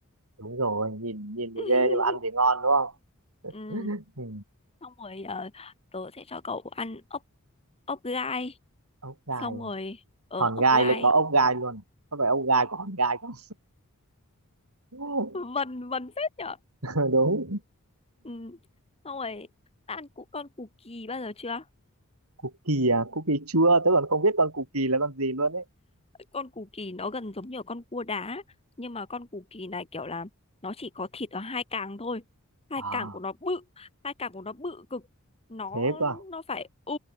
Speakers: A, on the right; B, on the left.
A: Đúng rồi, nhìn nhìn thì
B: <laughs>
A: ghê nhưng mà ăn thì ngon đúng không?
B: ừ,
A: <laughs> Ừ.
B: xong rồi ờ, tớ sẽ cho cậu ăn ốc ốc gai,
A: ốc gai
B: xong rồi
A: à?
B: ở
A: hòn
B: ốc
A: gai
B: gai
A: lại có ốc gai luôn à? có phải ốc gai có hòn gai không <laughs>
B: vần vần phết nhở.
A: Ờ, đúng
B: Ừ, xong rồi đã ăn củ con củ kỳ bao giờ chưa?
A: cookie à cookie chua tớ còn không biết con cookie là con gì luôn ấy
B: con cù kỳ nó gần giống như ở con cua đá nhưng mà con cù kỳ này kiểu là nó chỉ có thịt ở hai càng thôi hai
A: à
B: càng của nó bự hai càng của nó bự cực nó
A: thế cơ à
B: nó phải ừ